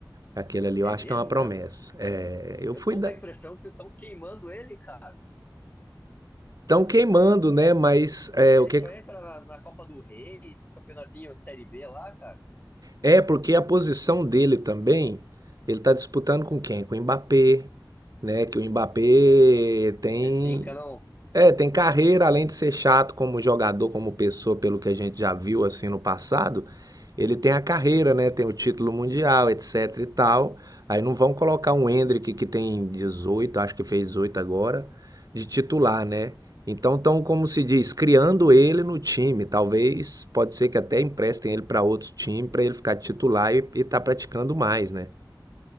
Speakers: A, on the right (about 55°); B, on the left (about 25°).
A: Aquele ali
B: É
A: eu acho
B: mesmo,
A: que é uma promessa.
B: cara?
A: É, eu
B: Eu
A: fui
B: tô
A: da...
B: com a impressão que estão queimando ele, cara.
A: tão queimando, né?
B: E-
A: Mas é,
B: Ele
A: o que
B: só entra na, na Copa do Rei, esses campeonatinhos Série B lá, cara.
A: é porque a posição dele também, ele está disputando com quem? Com o Mbappé, né? Que o
B: Mbappé,
A: Mbappé
B: né?
A: tem
B: É zica, não?
A: É, tem carreira, além de ser chato como jogador, como pessoa, pelo que a gente já viu assim no passado, ele tem a carreira, né? Tem o título mundial, etc e tal. Aí não vão colocar um Endrick que tem dezoito acho que fez 18 agora, de titular,
B: 18.
A: né? Então estão, como se diz, criando ele no time. Talvez, pode ser que até emprestem ele para outro time para ele ficar titular e estar praticando mais, né?